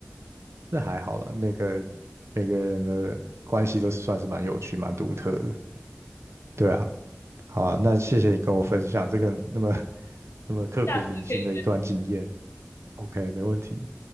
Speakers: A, on the right (about 80°); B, on the left (about 80°).
A: <laughs> 这还好啦，每个每个人的关系都是算是蛮有趣、蛮独特的，对啊，好啊，那谢谢你跟我分享这个那么 <laughs> 那么刻骨铭心的一段经验。
B: 下次可以
A: OK，没问题。